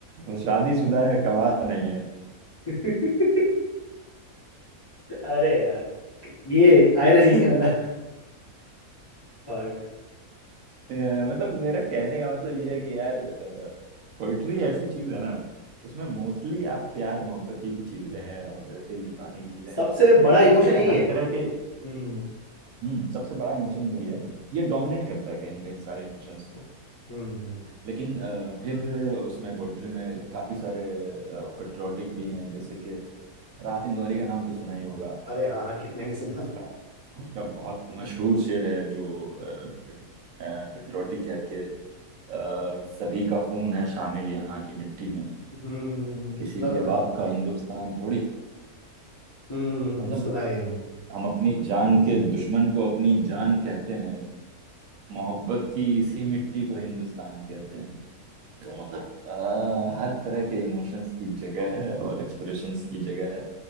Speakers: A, on the right (about 70°); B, on the left (about 25°).
A: वो शादीशुदा है गवाह नहीं है <laughs>
B: <laughs> अरे यार ये आयरनी वाला पार्ट
A: अ, मतलब मेरा कहने का मतलब ये है कि यार पोइट्री ऐसी चीज है ना उसमें मोस्टली आप प्यार मोहब्बत ही की चीजें हैं और दिल दुखाने की चीजें
B: सबसे
A: हैं
B: बड़ा
A: लेकिन
B: इमोशन
A: उसमें
B: यही
A: हर
B: है
A: तरह के
B: हम्म
A: हम्म सबसे बड़ा इमोशन यही है ये डोमिनेट करता है कहीं ना कहीं सारे इमोशंस को
B: हम्म
A: लेकिन अ, फिर उसमें पोइट्री में
B: हम्म।
A: काफी सारे पेट्रोटिक भी हैं जैसे कि राहत इंदौरी का नाम तो सुना ही होगा आपने
B: अरे हाँ हाँ कितने ने सुना
A: उसका उसका बहुत मशहूर शेर है जो पेट्रोटिक है कि अ, सभी का खून है शामिल यहाँ की मिट्टी में
B: हम्म
A: किसी
B: सुना
A: के
B: सुना
A: बाप का हिंदुस्तान थोड़ी है
B: हम्म हम्म,
A: मतलब
B: सुना है ये मैंने
A: हम अपनी जान के दुश्मन को अपनी जान कहते हैं मोहब्बत की इसी मिट्टी को हिंदुस्तान कहते हैं तो मतलब अ, हर तरह के इमोशंस की जगह है और एक्सप्रेशंस की जगह है